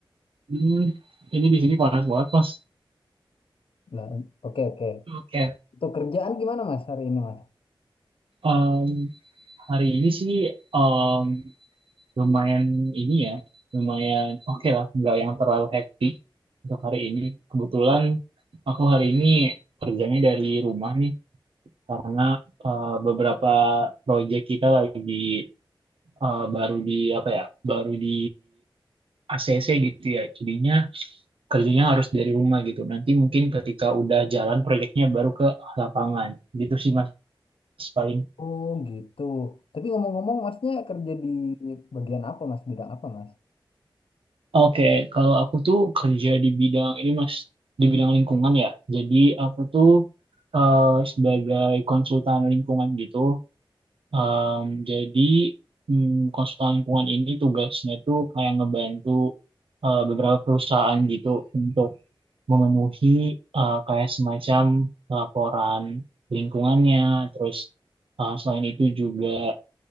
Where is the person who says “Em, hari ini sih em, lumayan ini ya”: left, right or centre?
Right